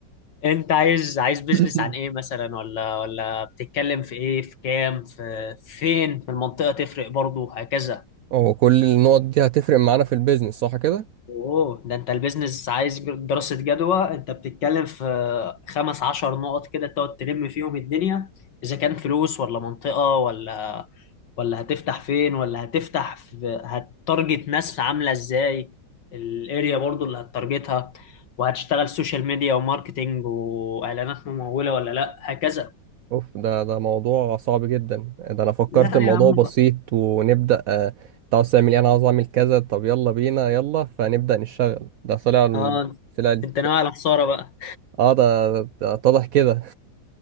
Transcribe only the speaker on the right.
<coughs>
<clears throat>
هو كل النقط دي هتفرق معانا في البيزنس صح كده
اوف ده ده موضوع صعب جدا ده انا فكرت
الموضوع
بسيط ونبدا آه انت عاوز تعمل ايه انا عاوز اعمل كذا طب يلا بينا يلا فنبدا نشتغل ده طلع ال-
طلع ال-
اه ده ده اتضح كده